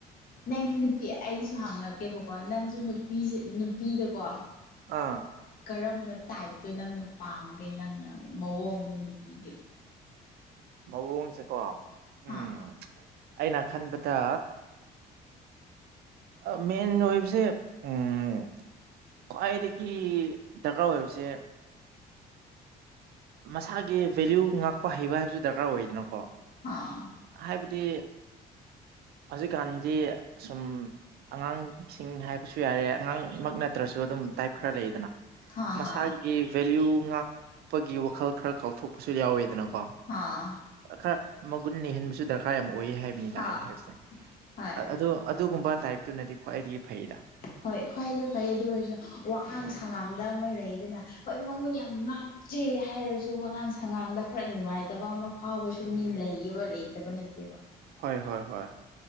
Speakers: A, on the left (about 55°); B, on the right (about 70°).
A: ꯅꯪꯗꯤ ꯅꯨꯄꯤ ꯑꯩꯁꯨ ꯍꯪꯔꯛꯀꯦꯕꯀꯣ ꯅꯪꯁꯨ ꯅꯨꯄꯤꯁꯦ ꯅꯨꯄꯤꯗꯣꯀꯣ
B: ꯑꯥ
A: ꯀꯔꯝꯕ ꯇꯥꯏꯞꯇ ꯅꯪꯅ ꯄꯥꯝꯒꯦ ꯅꯪꯅ ꯃꯑꯣꯡꯗꯣ ꯅꯨꯄꯤꯒꯤ꯫
B: ꯃꯑꯣꯡꯁꯦꯀꯣ
A: ꯍꯥ
B: ꯎꯝ ꯑꯩꯅ ꯈꯟꯕꯗ ꯑ ꯃꯦꯟ ꯑꯣꯏꯕꯁꯦ ꯎꯝ ꯈ꯭ꯋꯥꯏꯗꯒꯤ ꯗꯔꯀꯥꯔ ꯑꯣꯏꯕꯁꯦ ꯃꯁꯥꯒꯤ ꯚꯦꯂ꯭ꯌꯨ ꯉꯥꯛꯄ ꯍꯩꯕ ꯍꯥꯏꯕꯁꯨ ꯗꯔꯀꯥꯔ ꯑꯣꯏꯗꯅꯀꯣ꯫
A: ꯑ
B: ꯍꯥꯏꯕꯗꯤ ꯍꯧꯖꯤꯛꯀꯥꯟꯗꯤ ꯁꯨꯝ ꯑꯉꯥꯡꯁꯤꯡ ꯍꯥꯏꯕꯁꯨ ꯌꯥꯔꯦ ꯑꯉꯥꯡꯃꯛ ꯅꯠꯇ꯭ꯔꯁꯨ ꯑꯗꯨꯝ ꯇꯥꯏꯞ ꯈꯔ ꯂꯩꯗꯅ꯫
A: ꯍꯥ
B: ꯃꯁꯥꯒꯤ
A: ꯍꯥ
B: ꯚꯦꯂ꯭ꯌꯨ ꯉꯥꯛꯄꯒꯤ ꯋꯥꯈꯜ ꯈꯔ ꯀꯥꯎꯊꯣꯛꯄꯁꯨ ꯌꯥꯎꯋꯦꯗꯅꯀꯣ꯫
A: ꯑ
B: ꯈꯔ ꯃꯒꯨꯟ ꯂꯩꯍꯟꯕꯁꯨ ꯗꯔꯀꯥꯔ ꯌꯥꯝ ꯑꯣꯏꯌꯦ ꯍꯥꯏꯕꯅꯤꯗ
A: ꯍꯥ
B: ꯑꯩꯅ ꯍꯥꯏꯕꯅꯤꯗ
A: ꯍꯣꯏ
B: ꯑꯗꯨ ꯑꯗꯨꯒꯨꯝꯕ ꯇꯥꯏꯞꯇꯨꯅꯗꯤ ꯈ꯭ꯋꯥꯏꯗꯒꯤ ꯐꯩꯗ꯫
A: ꯍꯣꯏ ꯈ꯭ꯋꯥꯏꯗꯩ ꯐꯔꯦ ꯑꯗꯨ ꯑꯣꯏꯔꯁꯨ ꯋꯥꯉꯥꯡ ꯁꯉꯥꯡꯗ ꯑꯃ ꯂꯩꯗꯅ ꯍꯣꯏ <unintelligible> ꯆꯦ ꯍꯥꯏꯔꯁꯨ ꯋꯥꯉꯥꯡ ꯁꯉꯥꯡꯗ ꯈꯔ ꯅꯨꯡꯉꯥꯏꯇꯕ ꯑꯃ ꯐꯥꯎꯕꯁꯨ ꯃꯤ ꯂꯩꯌꯦꯕ ꯂꯩꯇꯕ ꯅꯠꯇꯦꯕ
B: ꯍꯣꯏ ꯍꯣꯏ ꯍꯣꯏ